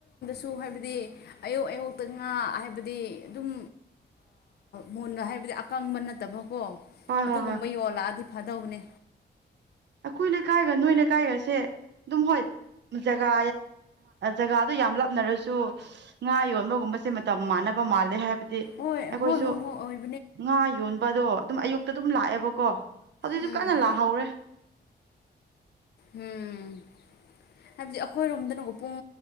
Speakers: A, on the left; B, on the right.
A: ꯁꯨ ꯍꯥꯏꯕꯗꯤ ꯑꯌꯣꯛ ꯑꯌꯣꯛꯛꯇ ꯉꯥ ꯍꯥꯏꯕꯗꯤ ꯑꯗꯨꯝ ꯃꯨꯟꯅ ꯍꯥꯏꯕꯗꯤ ꯑꯀꯪꯕ ꯅꯠꯇꯕ ꯀꯣ ꯑꯗꯨꯒꯨꯝꯕ
B: ꯍꯣꯏ ꯍꯣꯏ
A: ꯌꯣꯜꯂꯛꯑꯗꯤ ꯐꯥꯗꯧꯅꯦ
B: ꯑꯩꯈꯣꯏ ꯂꯩꯀꯥꯏꯒ ꯅꯣꯏ ꯂꯩꯀꯥꯏꯒꯁꯦ ꯑꯗꯨꯝ ꯍꯣꯏ ꯖꯒꯥ ꯖꯒꯥꯗꯨꯣ ꯌꯥꯝ ꯂꯥꯞꯅꯔꯁꯨ ꯉꯥ ꯌꯣꯟꯕꯒꯨꯝꯕꯁꯦ ꯃꯇꯝ ꯃꯥꯟꯅꯕ ꯃꯥꯜꯂꯦ ꯍꯥꯏꯕꯗꯤ
A: ꯍꯣꯏ
B: ꯑꯩꯈꯣꯏꯁꯨ
A: ꯍꯣꯏ ꯍꯣꯏ ꯍꯣꯏ ꯍꯣꯏ
B: ꯉꯥ ꯌꯣꯟꯕꯗꯣ ꯑꯗꯨꯝ ꯑꯌꯨꯛꯇ ꯑꯗꯨꯝ ꯂꯥꯛꯑꯦꯕꯀꯣ ꯍꯧꯖꯤꯛꯇꯁꯨ
A: ꯎꯝ
B: ꯀꯟꯅ ꯂꯥꯛꯍꯧꯔꯦ
A: ꯎꯝ ꯍꯥꯏꯕꯗꯤ ꯑꯩꯈꯣꯏꯔꯣꯝꯗꯅꯀꯣ ꯄꯨꯡ